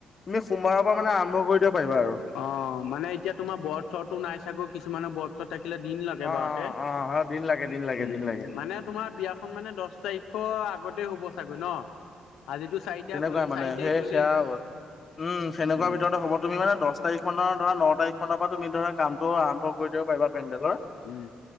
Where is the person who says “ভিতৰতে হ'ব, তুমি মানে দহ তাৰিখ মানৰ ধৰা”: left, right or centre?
Left